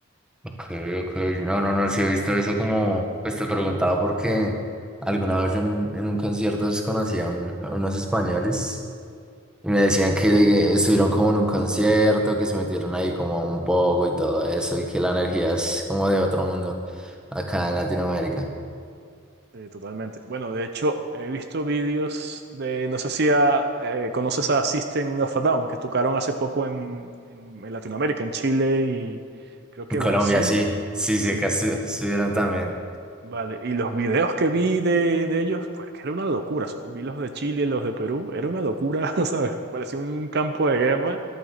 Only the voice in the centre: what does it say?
Ok, ok. No, no, no, sí he visto eso como, pues te preguntaba porque alguna vez en, en un concierto desconocí a, un- a unos españoles. Y me decían que de- estuvieron como en un concierto, que se metieron ahí como un poco y todo eso, y que la energía es como de otro mundo acá en Latinoamérica.
En Colombia
sí, sí,
sí, acá estu- estuvieron también.